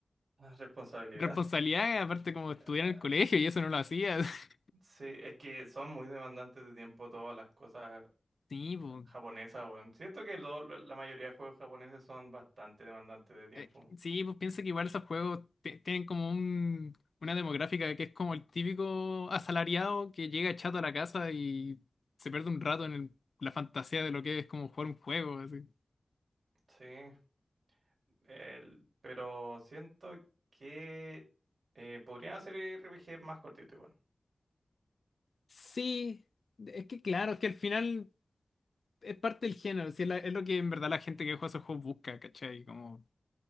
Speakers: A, on the right; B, on the left.
A: Más responsabilidad.
B: responsabilidad, aparte como estudiar
A: <laughs>
B: en el colegio y eso no lo hacía. <laughs>
A: Sí, es que son muy demandantes de tiempo todas las cosas
B: Sí, pues.
A: japonesas, weón. Siento que lo- la mayoría de juegos japoneses son bastante demandantes de tiempo.
B: Eh, sí, pues piensa que igual esos juegos te- tienen como un, una demográfica que es como el típico asalariado que llega chato a la casa y se pierde un rato en el- la fantasía de lo que es como jugar un juego, así.
A: Sí. El- pero siento que eh, podrían hacer RPGs más cortitos igual.
B: Sí, es que claro, es que al final es parte del género, sí, es, la- es lo que en verdad la gente que juega esos juegos busca, ¿cachai? Como